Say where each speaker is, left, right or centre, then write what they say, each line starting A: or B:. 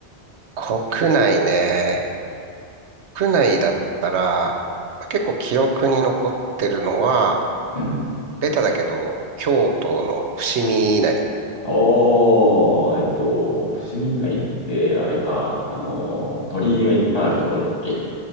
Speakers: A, on the right (about 80°); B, on the left (about 55°).
A: 国内ね。国内だったら、結構記憶に残ってるのは、
B: うん。
A: ベタだけど、京都の伏見稲荷。
B: おー、えっと、伏見稲荷ってあれか、あの、鳥居がいっぱいあるところだっけ